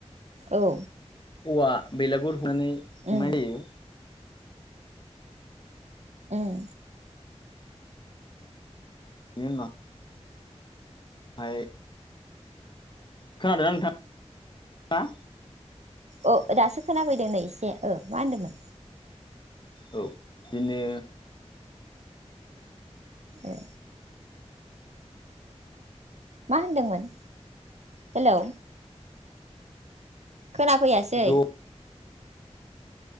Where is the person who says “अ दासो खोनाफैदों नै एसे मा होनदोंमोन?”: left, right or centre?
Right